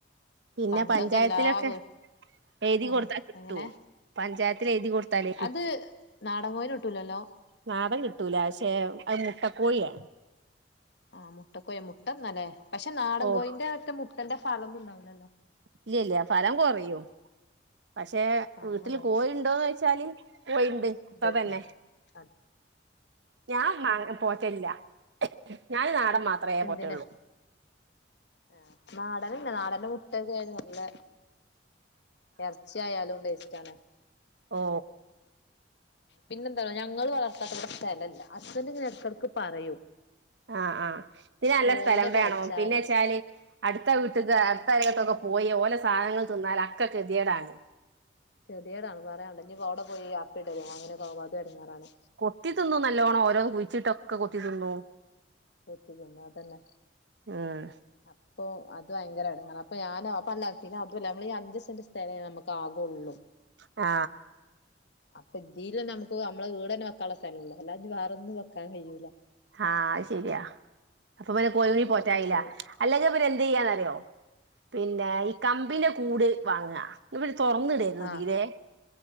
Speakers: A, on the right (about 65°); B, on the left (about 65°).
A: പിന്നെ
B: പണ്ടൊക്കെ
A: പഞ്ചായത്തിലൊക്കെ
B: എല്ലാ വീ
A: എഴുതി
B: ആ
A: കൊടുത്താൽ കിട്ടൂ
B: എങ്ങനെ
A: പഞ്ചായത് എഴുതി കൊ <unintelligible>
B: അത് നാടൻ കോയിനെ കിട്ടൂലല്ലോ
A: നാടൻ കിട്ടൂല പക്ഷെ മുട്ട കോഴിയാണ്
B: ആ മുട്ടക്കോഴി മുട്ടന്നലേ പക്ഷെ നാടൻ
A: ഓഹ്
B: കോയിന്റെ മുട്ടന്റെ ഫലൊന്നുംണ്ടാവൂലല്ലോ
A: ഇല്ല ഇല്ല ഫലം കൊറയും പക്ഷെ
B: ഫലം
A: വീട്ടില്
B: കുറയും
A: കോഴിണ്ടോന്ന് ചോയ്ച്ചാല് കോയിണ്ട് ഇപ്പ
B: ഉണ്ട്
A: തന്നെ
B: അത്
A: ഞാൻ <unintelligible> പോറ്റലില്ല ഞാൻ നാടൻ മാത്രമേ
B: എന്തിന്
A: പോറ്റുള്ളൂ
B: ആ നാട <unintelligible> നാടൻ <unintelligible> മുട്ടക്കെ ആയ്‌ന് നല്ല എർച്ചിയായാലും <unintelligible> <unintelligible>
A: ഓ
B: പിന്നെന്താണോ ഞങ്ങള് വളർത്താത്ത <unintelligible> സ്ഥലല്ല <unintelligible> എടക്കടക്ക്‌ പറയും
A: ആ ആഹ് ഇത് നല്ല
B: കോയിനൊക്കെ
A: സ്ഥലം വേണം
B: വെച്ചാലോ
A: പിന്നെ ച്ചാല് അടുത്ത <unintelligible> അടുത്തകത്തൊക്കെ പോയി ഓലെ സാധനങ്ങൾ തിന്നാൽ അക്കെ കെതിയടാണ്
B: കൃതിയേടാണ് പറയാനുണ്ട് ഇനിപ്പോ അവിടെ പോയിപ്പിടോ അങ്ങനെക്കോ അത ഇടങ്ങാറാണ്
A: കൊത്തി തിന്നും നല്ലതോണം ഓരോന്ന് <unintelligible> ചിട്ടൊക്കെ കൊത്തി തിന്നു
B: പത്തി ന്നു അതന്നെ
A: ഉം
B: അപ്പൊ അത് യങ്കര എടുങ്ങണം അപ്പൊ ഞാനും അപ്പല്ല പിന്നെ അല്ല നമ്മള് അഞ്ച് സെന്റ് തെ നമുക്ക് ആകള്ളൂ
A: ആ
B: അപ്പൊ ഇതില നമുക്ക് നമ്മളെ വീട് തന്നെ വെക്കാനുള്ള സ്ഥലം ഉള്ള അല്ലാ വേറന്നും വെക്കാൻ കഴിയൂല്ല
A: ആ ആയ് ശരിയാ അപ്പൊ പി കോഴിനി
B: അതോണ്ട്
A: പോറ്റായില്ല
B: പിന്നെ പോയി
A: അല്ലെങ്കിൽ പി എന്ത് ചെയ്യാന്നറിയോ
B: ഉം
A: പിന്നെ
B: ആഹ്
A: ഈ കമ്പിനെ കൂട് വാങ്ങ തുറന്നിടരുന്നു
B: ആഹ്
A: തീരെ